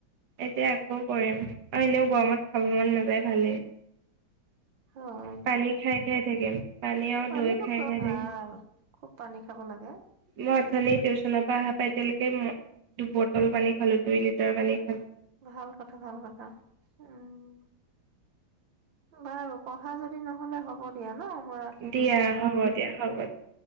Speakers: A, on the right (about 70°); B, on the right (about 80°).
A: এতিয়া আকৌ কৰিম। আৰু এনেও গৰমত খাব মন নাযায় ভালেই
B: হয়
A: পানী
B: দিয়া।
A: খাই খাই থাকিম, পানী আৰু
B: পানীটো
A: দৈ খাই
B: খোৱা
A: খাই
B: ভাল।
A: থাকিম,
B: খুব পানী খাব লাগে।
A: মই অথনি টিউশচনৰ পা অহা পা এতিয়ালৈকে কে মই দুবটল পানী খালো, দুই লিটাৰ পানী খালো
B: ভাল কথা ভাল কথা উম বাৰু পঢ়া যদি নহলে হ'ব দিয়া ন মই ৰাখি
A: দিয়া
B: দিছোঁ নহ'লে।
A: হ'ব দিয়া হ'ব দিয়া